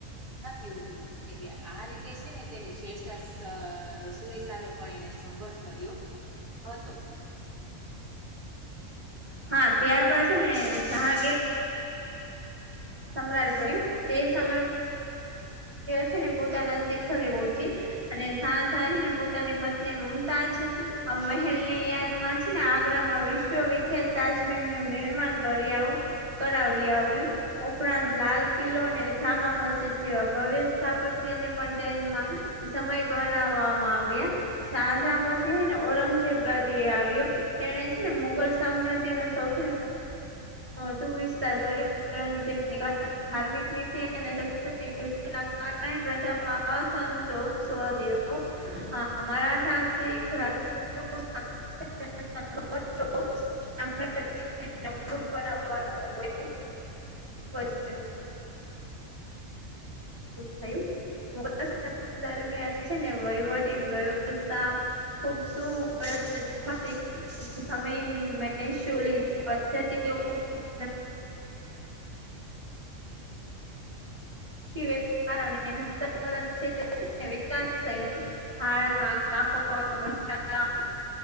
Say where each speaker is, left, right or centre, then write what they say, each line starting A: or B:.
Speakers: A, on the right; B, on the right.
A: સ્થાપ્યું હતું. એટલે આ રીતે છે ને તેની શેરશાહ સુરી સામે પણ એને સંઘર્ષ કર્યો હતો.
B: હા ત્યારબાદ છે ને જહાંગીર સમ્રાટ બન્યો તે સમયે છે ને પોતાના શિખરે પહોંચી અને શાહજહાં એ હે ને પોતાની પત્ની મુમતાઝ આ મહેલની યાદ માં છે ને આગ્રામાં વિશ્વવખ્યાત તાજમહેલ નું નિર્માણ કરી આવું કરાવી આવ્યું ઉપરાંત લાલ કિલ્લોને જામા મસ્જિદ જેવા ભવ્ય સ્થાપત્યને પણ તેમાં સમય બનાવવામાં આવ્યા. શાહજહાં પછી હે ને ઔરંગઝેબ ગાદી એ આવ્યો તેણે છે ને મુગલ સામ્રાજ્યનો સૌથી હ તું વીસ તારખ પરંતુ તે <unintelligible> ધાર્મિક નીતિ અને સ કારણે પ્રજા <unintelligible> આ સંતોષ સ્વદેવો હા અમારા સાહસિક રાજકો <unintelligible> ફૂટ બનાવવાનું હોય <unintelligible> <unintelligible> થયું મુઘલ સામ્રાજ્ય દરમિયાન છે ને વહીવટી વ્યવસ્થા ખૂબ શું <unintelligible> જમીન મહેસૂલી <unintelligible> કૃષિ વેપાર <unintelligible> છે <inaudible> વિકાસ થયો <unintelligible>